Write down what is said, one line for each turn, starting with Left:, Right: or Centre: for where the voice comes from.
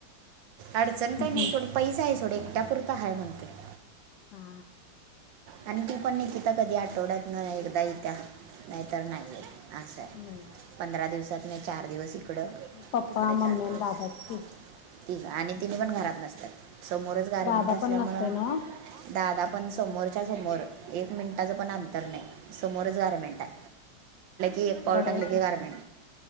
Right: अडचण काही
Left: हम्म.
Right: नाही सोडं पैस आहे, सोडं एकट्या पुुरतं आहे म्हणतोयऽ
Left: हा
Right: आणि ती पण निकिता कधी आठवड्यात न एकदा येतीया, नाहीतर नाहीयेत. असं आहे,
Left: नाही
Right: पंधरा दिवसात नाही चार दिवसऽ तिकड,
Left: पप्पा
Right: तिकडे
Left: मम्मी
Right: चार दिवस
Left: आणि दादाच की
Right: त आणि तिने पण घरात नसतात. समोरच गारमेंट
Left: दादा
Right: असल्यामुंळ,
Left: पण नसतोय ना
Right: दादा पणऽ समोरच्या समोर, एक मिनिटाचं पण अंतर नाही, समोरच गारमेंट आह. एक पाउल
Left: बरं
Right: टाकलीे
Left: आहे
Right: कि
Left: की
Right: गारमेट.